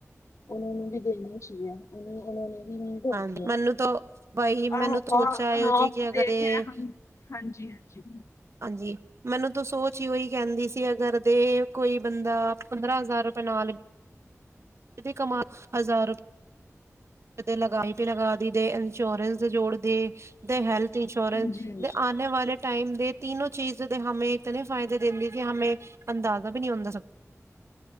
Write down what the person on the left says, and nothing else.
ਉਹਨਾਂ ਨੂੰ ਵੀ ਦੇਣੀ ਚਾਹੀਏ ਉਹਨੂੰ ਉਹਨਾਂ ਨੇ ਨੀਡ ਹੋਤੀ
ਹੈ
ਆਹੋ,
ਹ
ਦੇਖ
ਆਏ ਹੈ ਹਮ ਹਾਂਜੀ, ਹਾਂਜੀ
ਹਾਂਜੀ ਹਾਂਜੀ